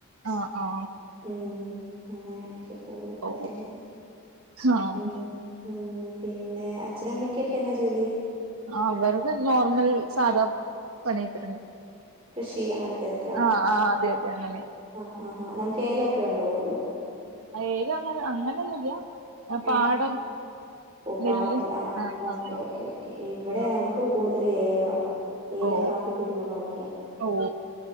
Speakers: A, on the right; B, on the right.
A: ആ ആ
B: ഉ അങ്ങനെയൊക്കെ പോകുന്നു
A: ഓ
B: കാര്യങ്ങൾ
A: ആഹ്
B: ഉം ഉം പിന്നെ അച്ഛനും അമ്മക്കൊക്കെന്നാ ജോലി
A: അവര്ത് നോർമൽ സാധാ പണിയൊക്കെ തന്നെ
B: കൃഷി അങ്ങനത്തെതൊക്കെയാണോ
A: ആആ അതെ അതെ അങ്ങനെയ
B: ആ നമുക്ക് ഏലൊക്കെണ്ടോ അതോ
A: ഏലം അങ്ങനെ അങ്ങനെന്നുല്ല പാടം
B: ആഹ് ഓ പാടത്തില്
A: നെല്ല്
B: ആ
A: ആഹ്
B: ഓക്കേ
A: ആഹ് ആഹ്
B: ഓക്കേ ഓക്കേ ഇവിടെ
A: ആഹ്
B: നമുക്ക് കൂടുതൽ ഏലവാ ഏലം
A: ഓ
B: കാപ്പി കുരുമുളക് ഒക്ക്യ
A: ഓ